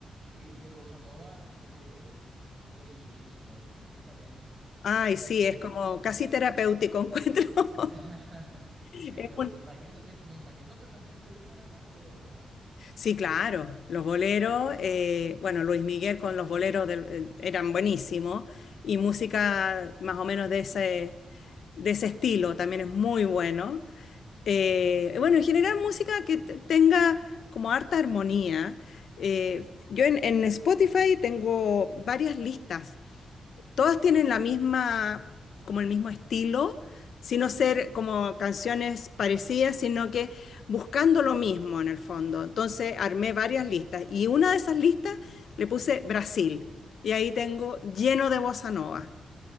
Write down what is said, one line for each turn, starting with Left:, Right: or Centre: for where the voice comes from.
Right: y, y el bossa nova, eh, que es, es- es deliciosísimo, eh, completamente.
Left: Ay, sí, es
Right: Y,
Left: como casi terapéutico encuentro. <laughs>
Right: <laughs>
Left: Es
Right: sí, pero
Left: un-
Right: me imagino, me, me imagino que también te gustan los boleros, ¿verdad?
Left: Sí, claro, los boleros, eh, bueno, Luis Miguel con los boleros del- eh, eran buenísimos y música más o menos de ese, de ese estilo también es muy bueno. Eh, bueno, en general música que te- tenga como harta armonía. Eh, yo en, en Spotify tengo varias listas todas tienen la misma, como el mismo estilo, sino ser como canciones parecidas, sino que buscando lo mismo en el fondo. Entonces armé varias listas y una de esas listas le puse Brasil y ahí tengo lleno de bossa nova.